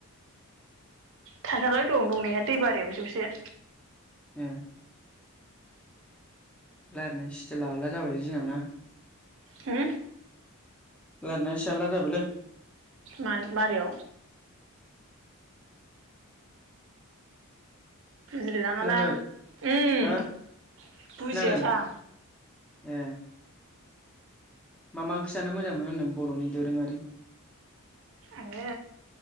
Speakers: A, on the right; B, in the centre.
A: थाथारबाय दं दंनाया दै बारियाव जौसे
B: उम रायज्लायनाय सटेला आलदा जाबायलै जोंना ना?
A: हो
B: रायलायनाया एसे आलदा जाबायलै
A: मानोबा आरो बुजिलायलाङालां
B: खोनायाखै
A: उम
B: हो
A: बुजियासां
B: खोनादों ए मा मा ओंख्रि जानो मोजां मोनो होनदों बर'नि दोरोङारि
A: आङो